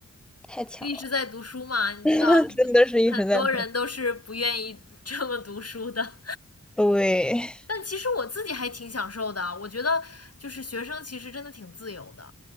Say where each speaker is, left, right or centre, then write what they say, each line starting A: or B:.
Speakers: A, in the centre; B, on the left.
A: 太强了！
B: 就一直在读书嘛，你知道很多很多人都是不愿意这么读书的，
A: <laughs> 真的是一直在读。对，
B: 但其实我自己还挺享受的，我觉得就是学生其实真的挺自由的，